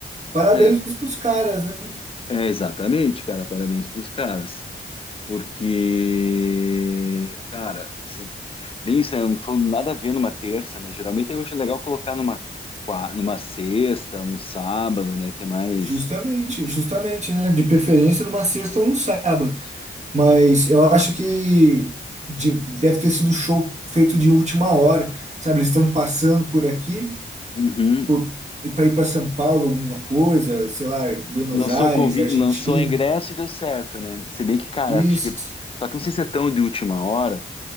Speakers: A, on the right (about 35°); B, on the left (about 25°).
A: Parabéns
B: É,
A: pros caras, né?
B: é exatamente, cara, parabéns para os caras, porque, cara, se- bem isso, né, não foi nada a ver numa terça, né? Geralmente eu acho legal colocar numa, qua- numa sexta, num sábado, né? Que é mais.
A: Justamente, justamente, né? De preferência numa sexta ou num sábado. Mas eu acho que de- deve ter sido show feito de última hora, sabe? Eles estão passando por aqui
B: Uhum.
A: por, para ir para São Paulo, alguma coisa, sei lá, Buenos
B: Lançou,
A: Aires,
B: convi...
A: Argentina.
B: Lançou ingresso e deu certo, né? Se bem que, cara,
A: Isso.
B: acho que. Só que não sei se é tão de última hora